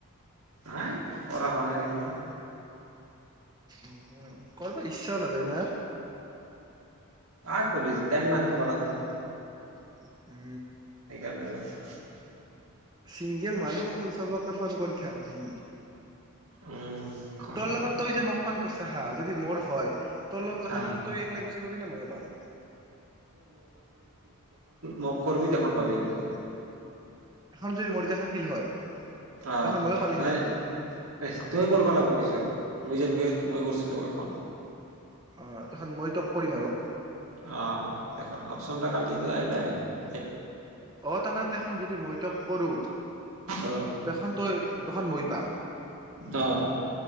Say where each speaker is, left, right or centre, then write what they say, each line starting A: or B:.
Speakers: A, on the right (about 75°); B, on the right (about 20°).
A: হাই কৰা হ নাই মৰ
B: উম। কৰ ইচ্ছাও নাযায় না
A: আহ কৰিবি তাই মান খাব লাগিব না
B: <unintelligible>
A: সেই কাৰণে নেযায়
B: চিংগল মানুহ চবকে ফোন কৰি ঢাকলি
A: উম খণ্ডান
B: তোৰ লগত তই যে মক ফোন কৰছি সাল যদি মোৰ হয় তোৰ লগত কথা
A: অ
B: পাতি তই এককলাই পুইচা পাবি না ময়ো পাম
A: মক কৰবি তেখন পাবি তই।
B: এখন যদি মৰি যা থাকিল হয়
A: অ
B: তখন ময়ো পালি
A: নহয়
B: হয় নেকি
A: এ তই কৰিবা লাগিব পিছত মই যেনকে মই কৰিছোঁ এখন
B: অ দেখোন মই তোক কৰিম আৰু
A: আহ দেইখন অপচোন কালি আহিবা আহ
B: আহ তাৰমানে তেখন যদি মই তোক কৰো
A: অ
B: তেখন তই তখন মই পাম।
A: অ